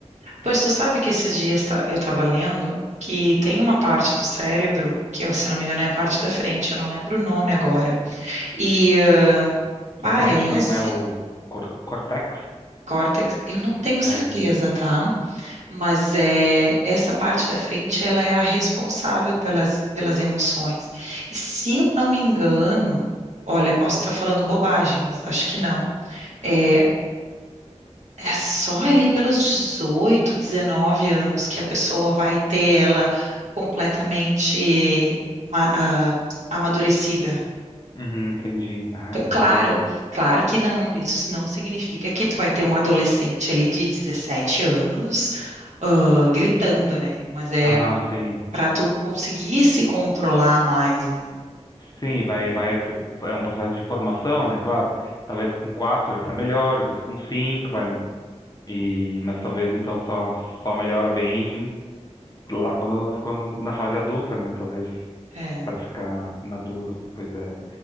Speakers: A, on the right; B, on the left.
A: Pois tu sabe que esses dias tá- eu estava lendo que tem uma parte do cérebro, que é, se eu não me engano é a parte da frente, eu não lembro o nome agora. E eh,
B: Da
A: parece
B: frente não é o cor- cortex,
A: córtex, eu não tenho certeza,
B: né?
A: tá? Mas é essa parte da frente, ela é a responsável pelas, pelas emoções. E se eu não me engano, olha, posso estar falando bobagem, mas acho que não. É, É só ali pelos 18, 19 anos que a pessoa vai ter ela completamente ma- ah, amadurecida.
B: Uhum, entendi. Ah,
A: Então,
B: demora,
A: claro,
B: né?
A: claro que não, isso não significa que tu vai ter um adolescente ali de 17 anos, ah, gritando, né? Mas é
B: Aham, sim.
A: para tu conseguir se controlar mais, né?
B: Sim, vai, vai, é um processo de formação, né? Claro, talvez com quatro já tá melhor, depois com cinco vai, e, mas talvez então só, só melhora bem lá quando, quando na fase adulta, né? Talvez
A: É.
B: para ficar maduro, pois é.